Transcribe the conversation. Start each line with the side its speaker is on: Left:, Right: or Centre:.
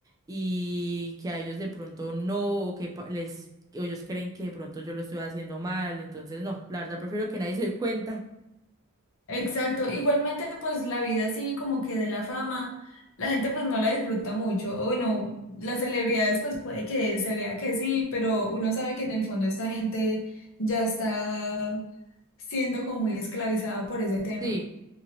Right: y que a ellos de pronto no, o que pa- les, o ellos creen que de pronto yo lo estoy haciendo mal, entonces no, la verdad prefiero que nadie <laughs> se dé cuenta.
Left: Exacto, igualmente pues la vida así como que de la fama, la gente pues no la disfruta mucho, o bueno, las celebridades pues puede que se vea que sí, pero uno sabe que en el fondo esta gente ya está siendo como muy esclavizada por ese tema.
Right: Sí,